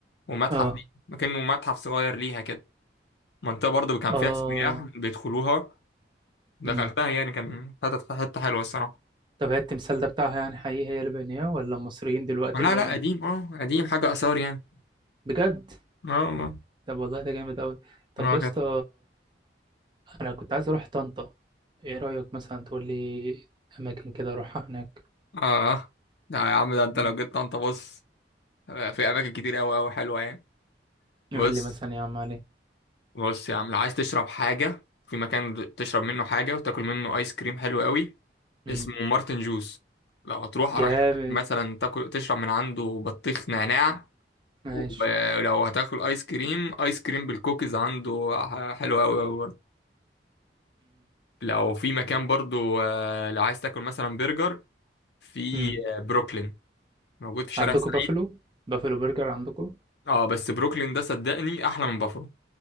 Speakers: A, on the left; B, on the right.
A: ومتحف
B: اه
A: ليها كأنه متحف صغير ليها كده منطقة برضه كان
B: اه
A: فيها سياح بيدخلوها دخلتها
B: امم
A: يعني كان حتة حتة حلوة الصراحة
B: طب هي التمثال ده بتاعها يعني حقيقي هي اللي بنياه ولا المصريين دلوقتي
A: لا
B: اللي
A: لا
B: بنوه؟
A: قديم اه قديم حاجة آثار يعني
B: بجد؟
A: اه والله
B: طب والله ده جامد قوي طب
A: اه
B: يا اسطى
A: كانت
B: انا كنت عايز اروح طنطا ايه رأيك مثلا تقول لي اماكن كده اروحها هناك؟
A: اه لا يا عم ده انت
B: مم.
A: لو جيت طنطا بص آه، في أماكن كتير أوي أوي حلوة يعني
B: يقول
A: بص
B: لي مثلا يا عم علي
A: بص يا عم لو عايز تشرب حاجة في مكان تشرب منه حاجة وتاكل منه آيس كريم حلو أوي
B: مم.
A: اسمه مارتن جوز لو هتروح
B: جامد
A: أرشحك مثلا تاكل تشرب من عنده بطيخ نعناع
B: ماشي
A: ولو هتاكل ايس كريم ايس كريم بالكوكيز عنده ح- حلو قوي قوي برضه لو في مكان برضه آه، لو عايز تاكل مثلا برجر في
B: امم
A: آه، بروكلين موجود في شارع
B: عندكم
A: السعيد
B: بافلو بافلو برجر عندكم
A: اه بس بروكلين ده صدقني احلى من بافلو